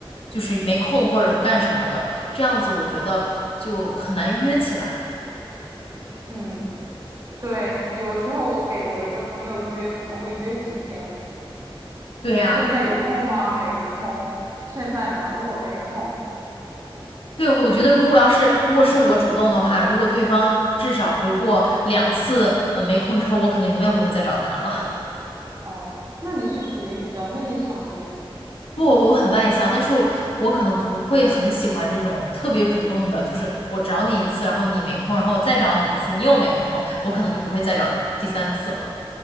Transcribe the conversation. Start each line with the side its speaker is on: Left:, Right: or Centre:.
Left: 就是没空或者干什么的，这样子我觉得就很难约起来。
Right: 嗯，对，有时候我给我一个朋友约，可能会约几天，
Left: 对呀。
Right: 现在有空吗？
Left: 我。
Right: 没空。现在呢，我没空。
Left: 对，我觉得如果要是如果是我主动的话，如果对方至少回过两次，呃，没空之后，我可能永远不会再找他了。
Right: 哦，那你是属于比较内向的那种吗？
Left: <laughs> 不，我很外向，但是我，我可能不会很喜欢这种特别主动的，就是我找你一次，然后你没空，然后我再找你一次，你又没空，我可能就不会再找第三次了。